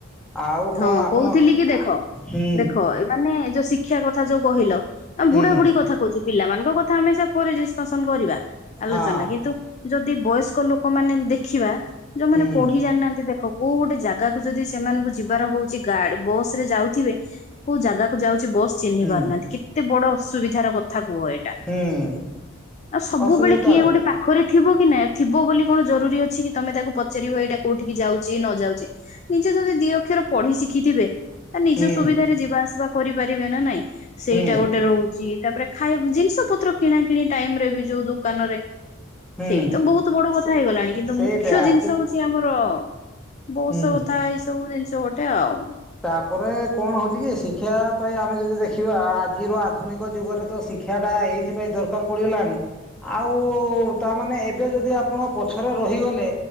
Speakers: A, in the centre; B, on the left.
A: ଆଉ
B: ହଁ
A: କଣ ଆପଣ
B: କହୁଥିଲି କି ଦେଖ
A: ହୁଁ
B: ଦେଖ ଏମାନେ ଯୋଉ ଶି ଶିକ୍ଷା କଥା ଯୋଉ କହିଲ
A: ହୁଁ
B: ବୁଢା ବୁଢୀ କଥା କହୁଛି ପିଲାମାନଙ୍କ କଥା ଆମେ ପରେ ଡିସକସନ କରିବା। ଆଲୋଚନା
A: ହଁ
B: କିନ୍ତୁ ଯଦି ବୟସ୍କ ଲୋକମାନେ ଦେଖିବା ଯୋଉମାନେ
A: ହୁଁ
B: ପଢି ଜାଣିନାହାନ୍ତି ଦେଖ। କୋଉ ଗୋଟେ ଜାଗାକୁ ଯଦି ସେମାନଙ୍କୁ ଯିବାର ହଉଛି ଗାଡ ବସ ରେ ଯାଉଥିବେ କୋଉ ଜାଗାକୁ ଯାଉଛି। ବସ ଚିହ୍ନି
A: ହୁଁ
B: ପାରୁନାହାନ୍ତି କେତେ ବଡ ଅସୁବିଧାର କଥା କୁହ ଏଇଟା।
A: ହୁଁ
B: ଆଁ ସବୁବେଳେ
A: ଅସୁବିଧା
B: କିଏ ଗୋଟେ ପାଖରେ ଥିବ କି ନା ଥିବ ବୋଲି କଣ ଜରୁରୀ। ତମେ ତାକୁ ପଚାରିବ ଏଇଟା କୋଉଠି ଯାଉଛି ନ ଯାଉଛି ନିଜେ ଯଦି ଦି ଅକ୍ଷର ପଢି ଶିଖି ଶିଖିଥିବେ ନିଜ
A: ହୁଁ
B: ସୁବିଧାରେ ଯିବା ଆସିବା କରିପାରିବେ ନା ନାଇଁ ସେଇଟା
A: ହୁଁ
B: ଗୋଟେ ରହୁଛି। ତାପରେ ଖାଇବୁ ଜିନିଷପତ୍ର କିଣାକିଣି ଟାଇମରେ ବି ଯୋଉ ଦୋକାନରେ।
A: ହୁଁ
B: ସେଇ ତ ବହୁତ ବଡ କଥା
A: ସେ
B: ହେଇଗଲାଣି କିନ୍ତୁ
A: ସେଇଟା
B: ମୁଖ୍ୟ ଜିନିଷ
A: କି
B: ହଉଛି ଆମର। ବଷ
A: ହୁଁ
B: କଥା ଏଇ ସବୁ ଜିନିଷ ଗୋଟେ ଆଉ।
A: ତାପରେ କଣ ହଉଛି କି ଶିକ୍ଷା ପାଇଁ ଆମେ ଯଦି ଦେଖିବା ଆଜିର ଆଧୁନିକ ଯୁଗରେ ତ ଶି ଶିକ୍ଷା ଟା ଏଇଥିପାଇଁ ଦରକାର ପଡିଗଲାଣି। ଆଉ ତାମାନେ ଏବେ ଯଦି ଆପଣ ପଛରେ ରହିଗଲେ